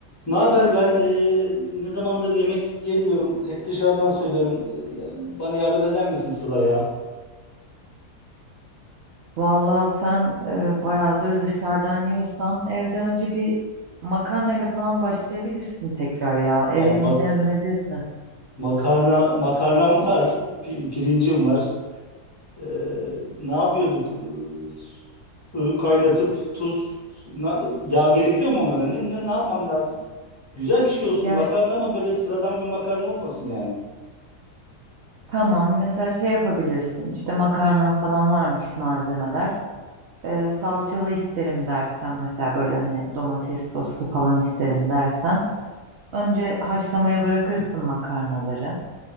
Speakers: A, on the left; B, on the right.
A: Ne haber ben e, ne zamandır yemek yemiyorum. Hep dışarıdan söylüyorum. E, yani bana yardım eder misin Sıla ya?
B: Vallahi sen e, bayağıdır dışarıdan yiyorsan evde önce bir makarnayla falan başlayabilirsin tekrar ya. Ev
A: Ulan
B: yemeklerine
A: ma-
B: dönebilirsin.
A: makarna makarnam var, pi- pirincim var. E, ne yapıyorduk? E, Suyu kaynatıp tuz, na- yağ gerekiyor mu onlara? Ne, ne, ne yapmam lazım? Güzel bir şey olsun
B: Ya
A: makarna
B: ş-
A: ama böyle sıradan bir makarna olmasın yani.
B: tamam mesela şey yapabilirsin. İşte makarnan falan varmış malzemeler. e, salçalı isterim dersen mesela böyle hani domates soslu falan isterim dersen önce haşlamaya bırakırsın makarnaları.